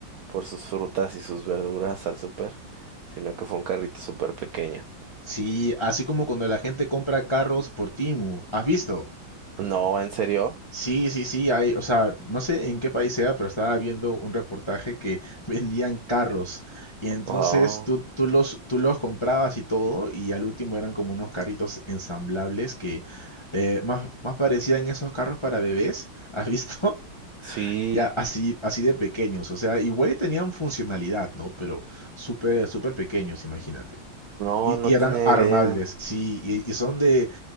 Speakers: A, on the right; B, on the left.
A: por sus frutas y sus verduras al súper, sino que fue un carrito súper pequeño.
B: Sí, así como cuando la gente compra carros por Timu. ¿Has visto?
A: No, ¿en serio?
B: Sí, sí, sí, hay, o sea, no sé en qué país sea, pero estaba viendo un reportaje que <laughs> vendían carros. Y entonces
A: Oh,
B: tú, tú los, tú los comprabas y todo, y al último eran como unos carritos ensamblables que eh, más, más parecían esos carros para bebés, ¿has visto? <laughs>
A: sí.
B: Ya así, así de pequeños, o sea, igual y tenían funcionalidad, ¿no? Pero súper, súper pequeños, imagínate.
A: No,
B: Y,
A: no
B: y eran
A: tenía
B: armables,
A: idea.
B: sí, y, y son de,